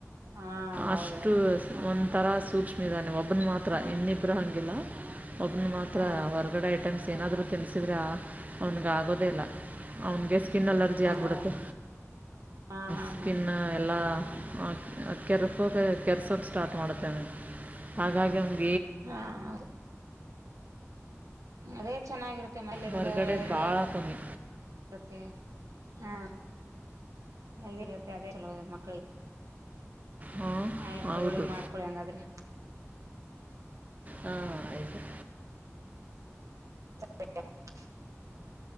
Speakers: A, on the right; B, on the right.
A: ಹಾ ಹೌದು
B: ಅಷ್ಟು ಒಂಥರ ಸೂಕ್ಷ್ಮಿದಾನೆ ಒಬ್ಬನ್ ಮಾತ್ರ
A: ಹಾ
B: ಇನ್ನಿಬ್ಬ್ರ ಹಂಗಿಲ್ಲ ಒಬ್ಬನ್ ಮಾತ್ರ
A: ಹಾ
B: ಹೊರಗಡೆ ಐಟಮ್ಸ್. ಏನಾದ್ರು ತಿನ್ಸಿದ್ರಾ ಅವ್ನಿಗಾಗೋದೇ ಇಲ್ಲ ಅವ್ನಿಗೆ ಸ್ಕಿನ್ ಅಲರ್ಜಿ
A: ಹಾ
B: ಆಗ್ಬಿಡುತ್ತೆ
A: ಹೌದು ಹಾ ಹಾ
B: ಸ್ಕಿನ್
A: ಹಾ
B: ಎಲ್ಲ ಹಾ ಕೆರೆಕೋಗ ಕೆರೆಸಕ್ಕೆ ಸ್ಟಾರ್ಟ್ ಮಾಡುತ್ತೇವೆ ಹಾಗಾಗಿ ಅವ್ನಿಗ್
A: ಹಾ ಹೌದು ಅದೇ ಚೆನ್ನಾಗಿರುತ್ತೆ. ತ್ತೆ ಮನೆಲಿರೋದು
B: ಹೊರ್ಗಡೆದು
A: ಹೆಲ್ದಿ
B: ಭಾಳ
A: ಆಗಿರತ್ತ್
B: ಕಮ್ಮಿ
A: ಮತ್ತೆ ಹಾ ಹೆಲ್ದಿ ಇರುತ್ತೆ ಅದೇ ಚಲೋ ಇದೆ ಮಕ್ಕಳಿಗ್
B: ಹಾಂ
A: ಆಯ್ತು
B: ಹೌದು
A: ತಗೊಳ್ಳಿ ಮಾಡ್ಕೊಳಿ ಹಂಗಾದ್ರೆ
B: ಹಾಂ ಆಯಿತು
A: <unintelligible>